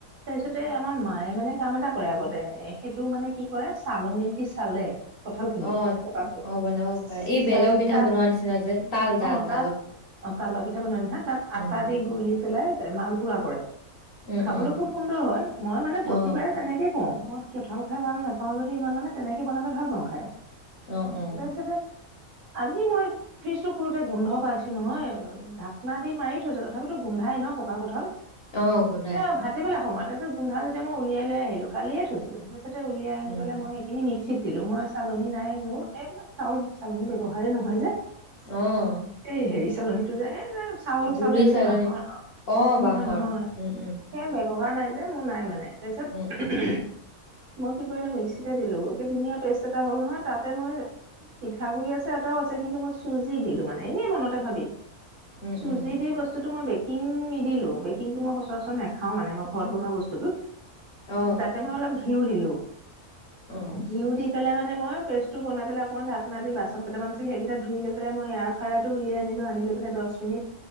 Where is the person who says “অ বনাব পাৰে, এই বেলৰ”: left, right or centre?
Left